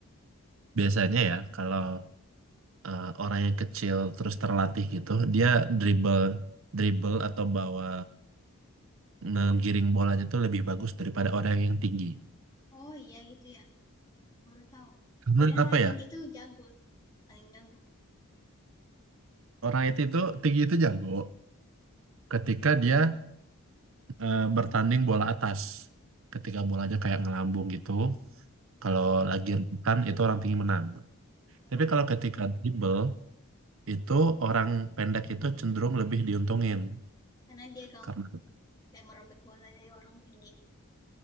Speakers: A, on the right; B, on the left.
A: biasanya ya kalau eh, orang yang kecil terus terlatih gitu, dia dribble dribble atau bawa ngegiring bolanya tuh lebih bagus daripada orang yang tinggi.
B: Oh iya gitu ya, baru tahu.
A: Menurut
B: Kirain
A: apa
B: orang tinggi
A: ya?
B: tuh jago, gitu. paling jago.
A: Orang itu itu tinggi itu jago ketika dia eh, bertanding bola atas. Ketika bolanya kayak ngelambung gitu, kalau
B: Oh iya,
A: lagi rebutan itu orang tinggi menang.
B: ya
A: Tapi
B: kebayang.
A: kalau ketika dribble itu orang pendek itu cenderung lebih diuntungin
B: Karena dia gam-
A: karena
B: kayak merebut bola dari orang tinggi.